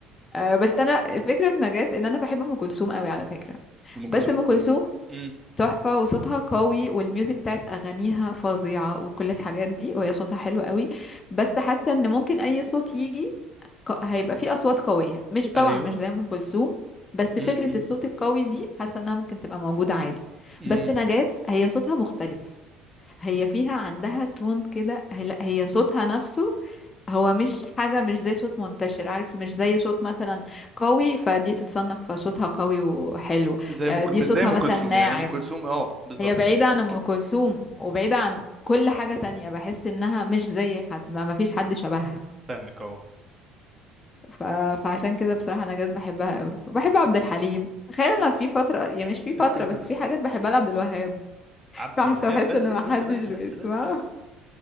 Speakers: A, on the left; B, on the right.
A: آه، بس انا الفكره في نجاة ان انا بحب ام كلثوم قوي على فكره
B: ام كلثوم
A: بس ام
B: ت-
A: كلثوم
B: امم
A: تحفة وصوتها قوي والميوزك بتاعت أغانيها فظيعة وكل الحاجات دي وهي صوتها حلو قوي بس حاسة إن ممكن أي صوت يجي ق- هيبقى فيه أصوات قوية مش طبعا
B: ايوه
A: مش زي أم كلثوم بس فكرة
B: امم
A: الصوت القوي دي حاسة إنها ممكن تبقى موجودة عادي
B: امم
A: بس نجاة هي صوتها مختلف هي فيها عندها تون كده هي لا هي صوتها نفسه هو مش حاجة مش زي صوت منتشر عارف مش زي صوت مثلا قوي فدي تتصنف صوتها قوي وحلو
B: زي
A: آه،
B: ما كل-
A: دي
B: مش
A: صوتها
B: زي ام
A: مثلا
B: كلثوم
A: ناعم
B: يعني ام كلثوم اه بالظبط
A: هي بعيدة عن أم
B: <coughs>
A: كلثوم وبعيدة عن كل حاجة تانية بحس إنها مش زي حد ما مفيش حد شبهها
B: فاهمك اهو
A: ف... فعشان كده بصراحة نجاة بحبها قوي وبحب عبد الحليم تخيل أنا في فترة يعني مش في فترة
B: <laughs>
A: بس في حاجات بحبها لعبد الوهاب <laughs>
B: عبد
A: بحس
B: الوهاب
A: بحس
B: بس
A: إن
B: بس
A: محدش
B: بس بس بس
A: بيسمعها
B: بس بس
A: <laughs>